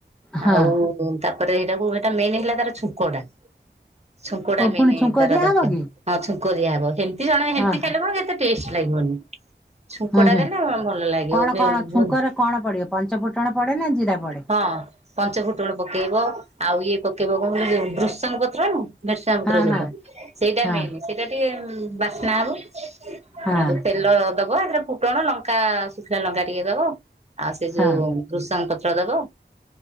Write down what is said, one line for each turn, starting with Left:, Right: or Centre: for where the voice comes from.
Centre: ହଁ
Right: ଆଉ ତାପରେ ସେଟାକୁ ସେଟା ମେନ୍ ହେଲା ତାର ଛୁଙ୍କ ଟା। ଛୁଙ୍କଟା
Centre: ଓ
Right: ମେନେ
Centre: ପୁଣି ଛୁଙ୍କ
Right: ତାର
Centre: ଦିଆହବ
Right: ଦରକାର।
Centre: କି
Right: ହଁ ଛୁଙ୍କ ଦିଆ ହବ ହେମିତି ଜଣେ ହେମତି
Centre: ହଁ
Right: ଖାଇଲେବ ଏତେ ଟେଷ୍ଟ ଲାଗିବନି। ଛୁଙ୍କ
Centre: ହୁଁ
Right: ଟା
Centre: ହୁଁ
Right: ଦେଲେ ଭଲ ଲାଗିବ।
Centre: କଣ କଣ ଛୁଙ୍କରେ କଣ ପଡ଼ିବ, ପଞ୍ଚଫୁଟଣ ପଡ଼େ ନା ଜିରା ପଡ଼େ?
Right: ହଁ ପଞ୍ଚ ଫୁଟଣ ପକେଇବ, ଆଉ ଇଏ ପକେଇବ କଣ ଭୃଶଙ୍ଗ ପତ୍ର ନୁହଁ। ଭୃସଙ୍ଗ ପତ୍ର
Centre: ହଁ
Right: ଯୋଉଟା
Centre: ହଁ
Right: ସେଇଟା
Centre: ହଁ
Right: ମେନ୍ ସେଇଟା ଟିକେ ବାସ୍ନା ହବ।
Centre: ହଁ
Right: ଆ ତେଲ ଦବ ଏଥିରେ ଫୁଟଣ ଲଙ୍କା ଶୁଖିଲା ଲଙ୍କା ଟିକେ ଦବ ଆଉ ସେ ଯୋଉ
Centre: ହଁ
Right: ଭୃସଙ୍ଗ ପତ୍ର ଦବ,